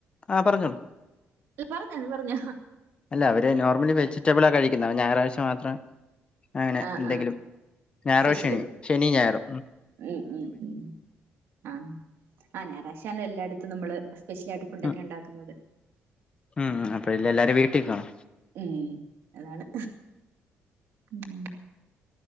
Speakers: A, on the left (about 25°); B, on the right (about 70°).
A: ആ ഹ പറഞ്ഞോളൂ
B: ഒരുപാട് നേരം പറഞ്ഞ അഹ
A: അല്ല അവര് നോർമലി വെജിറ്റബിള ആ കഴിക്കുന്ന ഞായറാഴ്ച മാത്ര അങ്ങനെ
B: ആഹ്
A: എന്തെങ്കിലും
B: ആഹ്
A: ഞായറോ
B: സ്പെഷ്യല്
A: ശനി ശനി ഞായറോ
B: ഉം ഉം ഉം ആഹ ആ ഞായറാഴ്ച്ച എല്ലായിടത്തും നമ്മള് സ്പെഷ്യൽ ആായിട്ട്ടെ അടുപ്പെ
A: ഉം
B: ഉണ്ടാക്കുന്നത്
A: ഉം അപ്പഴ ഇല്ല എല്ലാര വീട്ടിൽ കാണോ
B: ഉം അതാണ് ഉം